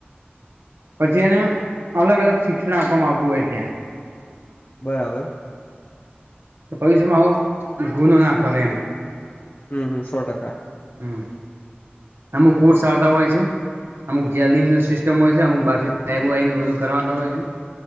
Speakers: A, on the right; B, on the left.
A: પછી એને અલગ અલગ શિક્ષણ આપવામાં આવતું હોય ત્યાં
B: બરાબર
A: ભવિષ્યમાં માં આવું ગુનો ના કરે એમ
B: હમ હમ સો ટકા
A: હમ અમુક કોર્સ આવતા હોય છે. અમુક જેલની અંદર સિસ્ટમ હોય છે અમુક બારથી ટાયબ આઇને કરતા હોય છે.